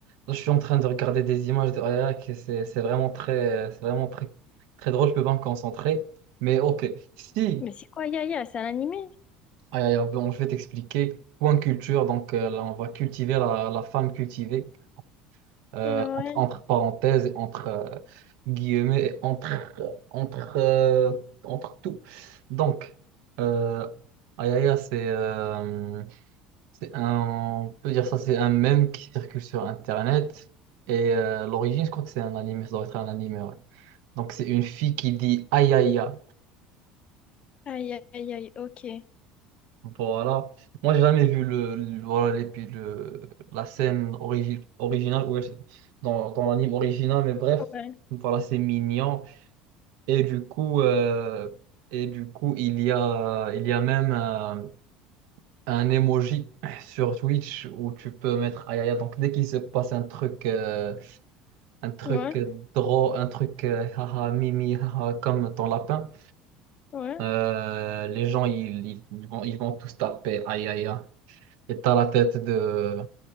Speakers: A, on the right; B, on the left.
A: Là, je suis en train de regarder des images de Ayak et c'est c'est vraiment très, c'est vraiment très, très drôle. Je peux pas me concentrer. Mais ok, si,
B: Mais c'est quoi, aïe, aïe, aïe? C'est un animé?
A: aïe, aïe, aïe, bon, je vais t'expliquer. Point culture, donc euh, là, on va cultiver la, la femme cultivée, euh,
B: Ouais.
A: entre, entre parenthèses, entre euh, guillemets, entre, euh, entre, euh, entre tout. Donc, euh, aïe, aïe, aïe, c'est. euh, C'est un, on peut dire ça, c'est un mème qui circule sur Internet. Et euh, l'origine, je crois que c'est un anime, ça doit être un anime, ouais. Donc c'est une fille qui dit aïe aïe aïe.
B: Aïe, aïe, aïe, ok.
A: Voilà. Moi, j'ai jamais vu le, le- voilà, les- puis le, la scène origi- originale, ouais, c'est- dans, dans l'anime original, mais bref,
B: Ouais.
A: voilà, c'est mignon. Et du coup, euh, et du coup, il y a, il y a même euh, un emoji sur Twitch où tu peux mettre aïe aïe aïe. Donc dès qu'il se passe un truc. euh, un truc
B: Ouais,
A: drôle, un truc euh, haha, mimi, haha, comme ton lapin,
B: ouais.
A: euh, les gens ils, ils- ils vont, ils vont tous taper aïe aïe aïe. Et t'as la tête de,